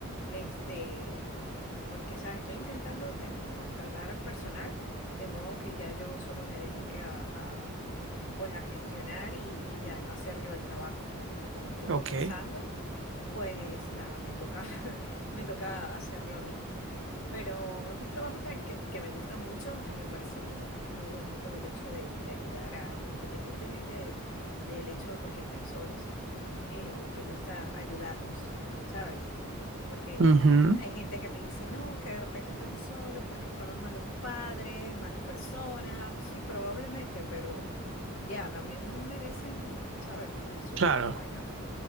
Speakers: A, on the left; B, on the right.
A: Este, porque, ¿sabes? Estoy intentando ten- contratar personal de modo que ya yo solo me dedique a, a, pues a gestionar y, y ya, y no hacer yo el trabajo. Pero como estoy comenzando,
B: Ok.
A: pues nada, me toca, <laughs> me toca hacerlo a mí. Pero es un trabajo que, que- que me gusta mucho, que me parece muy, muy bonito el hecho de, de ayudar a, independientemente de- del hecho de por qué estén solos, eh, me gusta ayudarlos, ¿sabes? Porque
B: Ujú.
A: hay gente que me dice, no, que de repente están solos porque fueron malos padres, malas personas, sí, probablemente, pero ya, también merecen, ¿sabes? Vivir sus
B: Claro.
A: últimos años